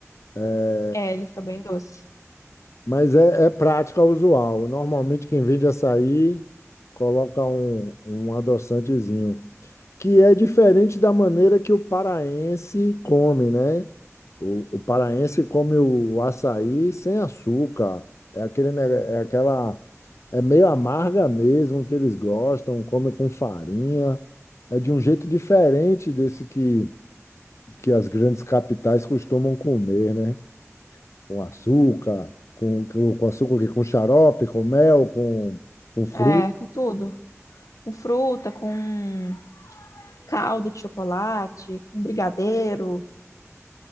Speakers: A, on the left (about 60°); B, on the left (about 85°).
A: é,
B: É, ele fica bem doce.
A: Mas é, é prática usual. Normalmente quem vende açaí coloca um, um adoçantezinho, que é diferente da maneira que o paraense come, né? O, o paraense come o açaí sem açúcar. É aquele, nega- é aquela, é meio amarga mesmo que eles gostam, come com farinha. É de um jeito diferente desse que, que as grandes capitais costumam comer, né? com açúcar, com, com com açúcar, o quê? com xarope, com mel, com, com fruta.
B: É, com tudo. Com fruta, com calda de chocolate, com brigadeiro.